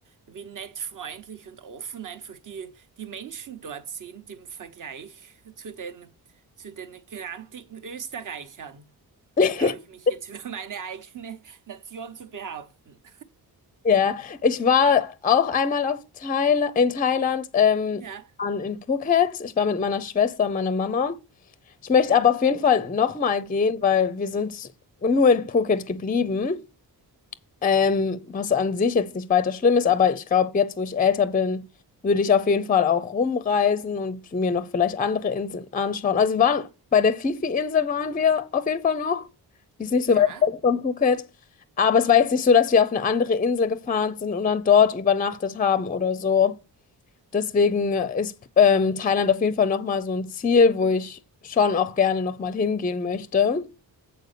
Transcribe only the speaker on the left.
<laughs>
Ja, ich war auch einmal auf Thail in Thailand, ähm,
an, in Phuket. Ich war mit meiner Schwester und meiner Mama. Ich möchte aber auf jeden Fall nochmal gehen, weil wir sind nur in Phuket geblieben. Ähm, was an sich jetzt nicht weiter schlimm ist, aber ich glaube, jetzt, wo ich älter bin, würde ich auf jeden Fall auch rumreisen und mir noch vielleicht andere Inseln anschauen. Also wir waren bei der Fifi-Insel waren wir auf jeden Fall noch. Die ist nicht
so weit weg von Phuket. Aber es war jetzt nicht so, dass wir auf eine andere Insel gefahren sind und dann dort übernachtet haben oder so. Deswegen ist ähm, Thailand auf jeden Fall nochmal so ein Ziel, wo ich schon auch gerne nochmal hingehen möchte.